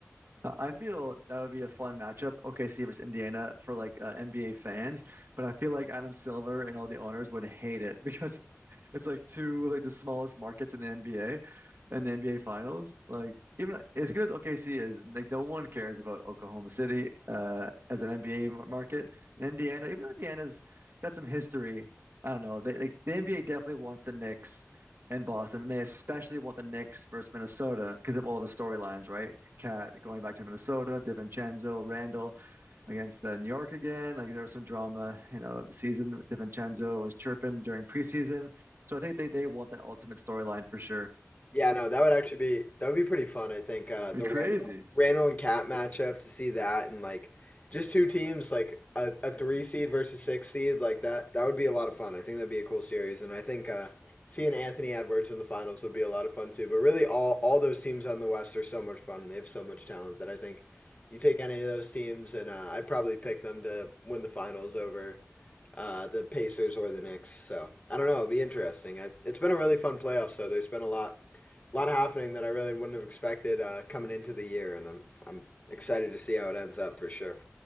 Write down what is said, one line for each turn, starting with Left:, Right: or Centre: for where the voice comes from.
Right: I I feel that would be a fun matchup, OKC versus Indiana for like uh, NBA fans, but I feel like Adam Silver and all the owners would hate it <laughs> because It's like two like the smallest markets in the NBA and the NBA Finals. Like even as good as OKC is, like no one cares about Oklahoma City uh, as an NBA mar- market. And Indiana, even though Indiana's got some history, I don't know. They like the NBA definitely wants the Knicks and Boston. they especially want the Knicks versus Minnesota because of all the storylines, right? Cat going back to Minnesota, DiVincenzo, Randall against uh, New York again. Like there was some drama, you know, of the season. DiVincenzo was chirping during preseason. So I think they they want that ultimate storyline for sure.
Left: Yeah, no, that would actually be that would be pretty fun, I think. Uh the
Right: It'd be
Left: Randall,
Right: crazy.
Left: Randall and Cat matchup to see that and like just two teams like a, a three seed versus six seed like that that would be a lot of fun. I think that'd be a cool series and I think uh seeing Anthony Edwards in the finals would be a lot of fun too. But really all all those teams on the West are so much fun. They have so much talent that I think you take any of those teams and uh, I'd probably pick them to win the finals over uh, the Pacers or the Knicks. So I don't know. It'll be interesting. I, it's been a really fun playoff. So there's been a lot a lot happening that I really wouldn't have expected uh, coming into the year, and I'm I'm excited to see how it ends up for sure.